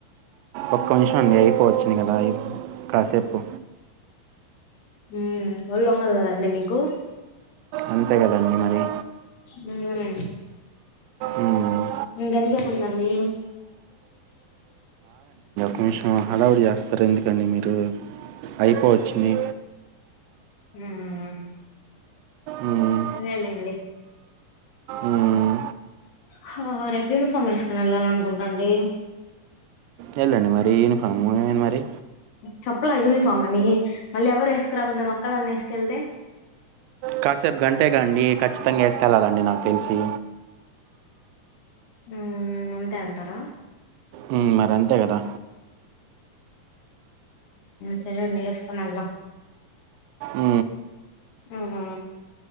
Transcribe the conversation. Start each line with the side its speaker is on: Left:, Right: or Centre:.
Right: ఒక్క నిమిషం అండి, అయిపోవచ్చింది కదా అ కాసేపు
Left: ఉమ్ ఒళ్ళు ఉంగదు కదండి మీకు
Right: అంతే కదండి మరి
Left: వేరేయి
Right: ఉమ్
Left: ఇంగేతజేపు ఉందండి?
Right: చూసిన హడావిడి చేస్తారు ఎందుకండి మీరు, అయిపోవచ్చింది.
Left: ఉమ్
Right: మ్మ్.
Left: సరే లేండి
Right: మ్మ్.
Left: హహ రేపు యూనిఫామ్ ఏసుకని వెళ్ళాలనుకుంటాండి.
Right: వెళ్ళండి మరి యూనిఫామ్, ఏమంది మరి
Left: చెప్పలా యూనిఫామని మళ్ళీ ఎవరు వేసుకురాకుండా నేను ఒక్కదాన్ని ఏసుకెళ్తే.
Right: కాసేపు గంటేగాండి, ఖచ్చితంగా ఏసుకెళ్ళాలండి నాకు తెలిసి.
Left: ఉ అంతే అంటారా
Right: ఊ మరి అంతే కదా
Left: సరే అండి విసుకుని వెళ్ళ
Right: ఉ
Left: ఉ హు